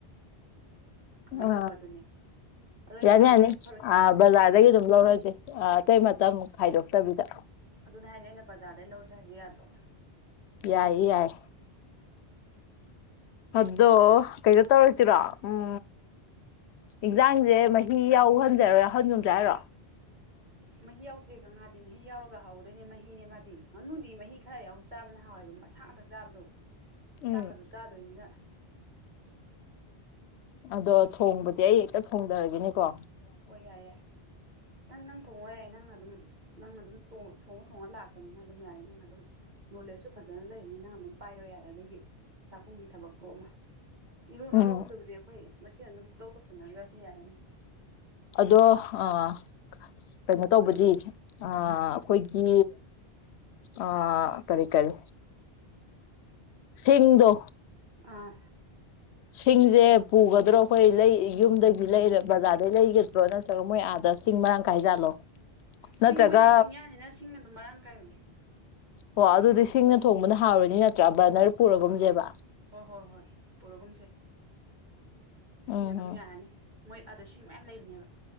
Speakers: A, on the right; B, on the left.
A: ꯀꯃꯥꯏꯅ
B: ꯑ
A: ꯇꯧꯕ ꯑꯗꯨꯅꯦ ꯑꯗꯣ
B: ꯌꯥꯅꯤ
A: ꯕꯖꯥꯔꯗꯩ
B: ꯌꯥꯅꯤ
A: ꯂꯩ ꯐꯔꯣꯏꯗ꯭ꯔꯣ
B: ꯑ ꯕꯖꯥꯔꯗꯒꯤ ꯑꯗꯨꯝ ꯂꯧꯔꯁꯦ ꯑꯇꯩ ꯃꯇꯝ ꯈꯥꯏꯗꯣꯛꯇꯕꯤꯗ
A: ꯑꯗꯨꯅꯦ ꯍꯥꯏꯖꯦ ꯑꯩꯅ ꯕꯖꯥꯔꯗꯩ ꯂꯧꯔꯁꯦ ꯍꯥꯏꯁꯦ ꯌꯥꯗ꯭ꯔꯣ
B: ꯌꯥꯏꯌꯦ ꯌꯥꯏꯌꯦ ꯑꯗꯣ ꯀꯩꯅꯣ ꯇꯔꯥꯁꯤꯔꯣ ꯎꯝ ꯏꯟꯖꯥꯡꯁꯦ ꯃꯍꯤ ꯌꯥꯎꯍꯟꯖꯦ ꯌꯥꯎꯍꯟꯒꯨꯝꯁꯦ ꯍꯥꯏꯔꯣ
A: ꯃꯍꯤ ꯌꯥꯎꯁꯦ ꯃꯥꯗꯤ ꯃꯍꯤ ꯌꯥꯎꯔꯒ ꯍꯥꯎꯗꯣꯏꯅꯦ ꯃꯍꯤꯅꯦ ꯃꯥꯗꯤ ꯉꯥꯅꯨꯗꯤ ꯃꯍꯤ ꯈꯔ ꯌꯥꯎ ꯆꯥꯕꯅ ꯍꯥꯎꯋꯦꯕ ꯃꯁꯥ ꯉꯥꯛꯇ ꯆꯥꯕꯗꯣ
B: ꯎꯝ
A: ꯆꯥꯛꯀꯁꯨ ꯆꯥꯗꯣꯏꯅꯤꯅ
B: ꯑꯗꯣ ꯊꯣꯡꯕꯗꯤ ꯑꯩ ꯍꯦꯛꯇ ꯊꯣꯡꯗꯔꯒꯦꯅꯦꯀꯣ
A: ꯍꯣꯏ ꯌꯥꯏ ꯌꯥꯏ ꯅꯪ ꯅꯪ ꯊꯣꯡꯉꯣꯍꯦ ꯅꯪꯅ ꯑꯗꯨꯝ ꯅꯪꯅ ꯑꯗꯨꯝ ꯊꯣꯡꯉ ꯊꯣꯡꯉ ꯂꯥꯛꯄꯅꯤꯅ ꯑꯗꯨꯝ ꯌꯥꯏ ꯅꯪꯅ ꯑꯗꯨꯝ ꯅꯣꯂꯦꯖꯁꯨ ꯐꯖꯅ ꯂꯩꯕꯅꯤꯅ ꯅꯪꯅ ꯑꯗꯨꯝ ꯄꯥꯏꯔꯣ ꯌꯥꯔꯦ ꯑꯗꯨꯒꯤ ꯆꯥꯛꯈꯨꯝꯒꯤ ꯊꯕꯛꯇꯣ ꯑꯃ ꯏꯔꯣꯟꯅꯕꯕꯨꯗꯤ
B: ꯎꯝ
A: ꯑꯩꯈꯣꯏ ꯃꯁꯦꯟ ꯑꯗꯨꯝ ꯄꯨꯡ ꯇꯧ ꯇꯧꯁꯤꯟꯅꯈ꯭ꯔꯁꯤ ꯌꯥꯔꯦꯅꯦ
B: ꯑꯗꯣ ꯑꯥ ꯀꯩꯅꯣ ꯇꯧꯕꯗꯤ ꯑꯥ ꯑꯩꯈꯣꯏꯒꯤ ꯑꯥ ꯀꯔꯤ ꯀꯔꯤ ꯁꯤꯡꯗꯣ
A: ꯑꯥ
B: ꯁꯤꯡꯁꯦ ꯄꯨꯒꯗ꯭ꯔꯣ ꯑꯩꯈꯣꯏ ꯂꯩ ꯌꯨꯝꯗꯒꯤ ꯂꯩꯔ ꯕꯖꯥꯔꯗꯩ ꯂꯩꯒꯗ꯭ꯔꯣ ꯅꯠ ꯅꯠꯇ꯭ꯔꯒ ꯃꯣꯏ ꯑꯥꯗ ꯁꯤꯡ ꯃꯔꯥꯡ ꯀꯥꯏꯖꯥꯠꯂꯣ
A: ꯁꯤꯡ
B: ꯅꯠꯇ꯭ꯔꯒ
A: ꯃꯣꯏꯗꯤ ꯆꯤꯡꯌꯥꯅꯤꯅ ꯁꯤꯡ ꯑꯗꯨꯝ ꯃꯔꯥꯡ ꯀꯥꯏꯕꯅꯦ
B: ꯑꯣ ꯑꯗꯨꯗꯤ ꯁꯤꯡꯅ ꯊꯣꯡꯕꯅ ꯍꯥꯎꯔꯅꯤ ꯅꯠꯇ꯭ꯔꯥ ꯕꯔꯅꯔ ꯄꯨꯔꯒꯨꯝꯁꯦꯕ
A: ꯍꯣꯏ ꯍꯣꯏ ꯍꯣꯏ ꯍꯣꯏ ꯍꯣꯏ ꯄꯨꯔꯒꯨꯝꯁꯦ ꯁꯤꯡꯅ
B: ꯎꯝ
A: ꯑꯗꯨꯝ ꯌꯥꯔꯅꯤ ꯃꯣꯏ ꯑꯗ ꯁꯤꯡ ꯃꯌꯥꯝ ꯂꯩꯕꯅꯦꯕ